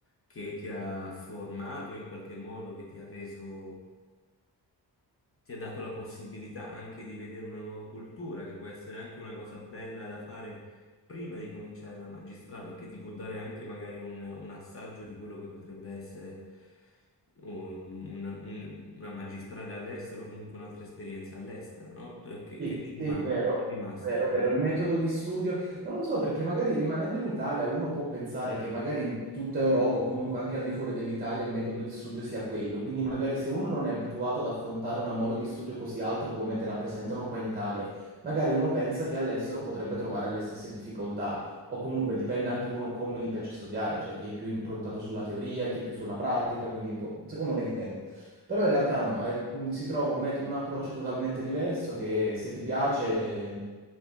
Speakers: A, on the left; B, on the right.
A: che ti ha formato in qualche modo, che ti ha reso ti ha dato la possibilità anche di vedere una nuova cultura, che può essere anche una cosa bella da fare prima di cominciare la magistrale, che ti può dare anche magari un, un assaggio di quello che potrebbe essere um, un- un- una magistrale all'estero, o comunque un'altra esperienza all'estero, no? Tu- Che,
B: Sì,
A: che ti rimane?
B: sì, vero,
A: Ti è rimasto?
B: vero, vero. Il metodo di studio, non lo so, perché magari rimanendo in Italia uno può pensare che magari in tutta Europa o comunque anche al di fuori dell'Italia il metodo di studio sia quello. Quindi magari se uno non è abituato ad affrontare una mole di studio così alta come te la presentano qua in Italia, magari uno pensa che all'estero potrebbe trovare le stesse difficoltà. O comunque dipende anche uno come gli piace studiare, cioè chi è più improntato sulla teoria, chi più sulla pratica, quindi un po'- secondo me dipende. Però in realtà no, è- mh, si trova un, met- un approccio totalmente diverso che se ti piace eh,